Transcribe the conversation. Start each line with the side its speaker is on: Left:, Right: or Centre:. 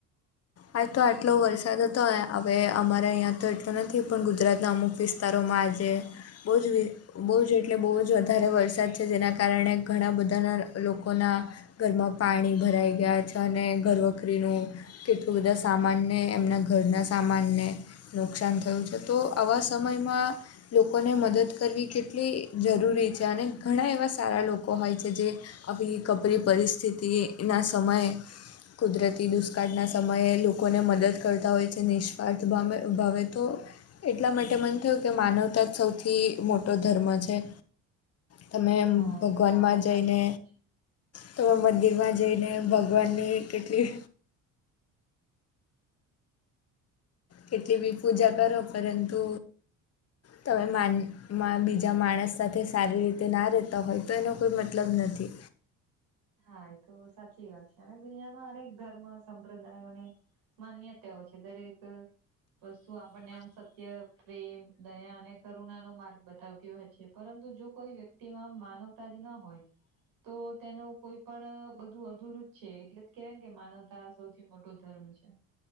Left: આજ તો આટલો વરસાદ હતો હવે અમારે અહીં તો એટલો નથી પણ ગુજરાતના અમુક વિસ્તાર વિસ્તારો આજે બહુ જ બહુ જ એટલે બહુ જ વધારે વરસાદ છે જેના કારણે ઘણા બધાના લોકોના ઘરમાં પાણી ભરાઈ ગયા છે અને ઘરવખરીનું કેટલાું બધા સામાનને એમના ઘરના સામાનને નુકસાન થયું છે તો આવા સમયમાં લોકોને મદદ કરવી કેટલી જરૂરી છે અને ઘણા એવા સારા લોકો હોય છે જે આવી કપરી પરિસ્થિતિના સમયે કુદરતી દુષ આજના સમયે લોકોને મદદ કરતા હોય છે નિષ્વાથૅ ભાવ મે ભાવે તો. એટલા માટે મને થયું કે માનવતા સૌથી મોટો ધર્મ છે. તમે
Right: હા
Left: ભગવાનમાં
Right: એ તો સાચી
Left: જઈને.
Right: વાત છે
Left: તમે મંદિરમાં જઈને ભગવાનની કેટલી. કેટલી બી પૂજા કરો પરંતુ તમે માન મા બીજા માણસ સાથે સારી રીતે ના રહેતા હોય તો એનો કોઈ મતલબ નથી.
Right: હા એ તો સાચી વાત છે અને દુનિયામાં અનેક ધર્મ સંપ્રદાયોને માન્યતાઓ છે દરેક વસ્તુ આપણને આમ. સત્ય પ્રેમ દયા અને કરુણા નો માર્ગ બતાવતી હોય છે પરંતુ જો કોઈ વ્યક્તિમાં માનવ તા ના હોય તો તેનો કોઈ પણ બધું અધુરું જ છે એટલે કેવાય કે માનવતા સૌથી મોટો ધર્મ છે.